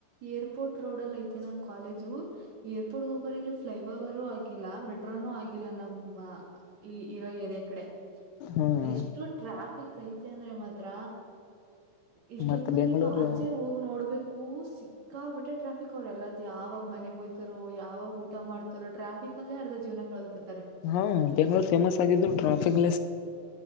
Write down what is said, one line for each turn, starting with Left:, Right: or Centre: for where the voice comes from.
Right: ಏರ್ಪೋರ್ಟ್ ರೋಡ್ ಅಲ್ಲಿ ಐತೆ ನಮ್ ಕಾಲೇಜು ಏರ್ಪೋರ್ಟ್ಗೆ ಹೋಗರ್ ಇಲ್ಲಿ ಫ್ಲೈ ಓವರು ಆಗಿಲ್ಲ ಮೆಟ್ರೋನುೂ ಆಗಿಲ್ಲ ನಮ್ಮ ಈ ಇರೋ ಏರಿಯಾ ಕಡೆ
Left: ಹ್ಮ್
Right: ಎಷ್ಟು ಟ್ರಾಫಿಕ್ ಐತೆ ಅಂದ್ರೆ ಮಾತ್ರ ಇಷ್ಟ
Left: ಮತ್
Right: ಹೊತ್ನಲ್ಲಿ
Left: ಬೆಂಗ್ಳೂರು
Right: ಈಗ ಆಚೆ ಹೋಗ ನೋಡ್ಬೇಕು ಕೂ ಸಿ ಸಿಕ್ಕಾ ಪಟ್ಟೆ ಟ್ರಾಫಿಕ್ ಅವ್ರ ಎಲ್ಲದ್ ಯಾವಾಗ ಮನೆಗ್ ಹಯ್ತಾರೋ ಯಾವಾಗ ಊಟ ಮಾಡ್ತಾರೋ ಟ್ರಾಫಿಕ್ ಅಲ್ಲಿ ಅರ್ದ ಜೀವನ ಕಳದ್ ಬಿಡ್ತಾರೆ
Left: ಹಾ ಬೆಂಗಳೂರು ಫೇಮಸ್ ಆಗಿದ್ರು ಟ್ರಾಫಿಕ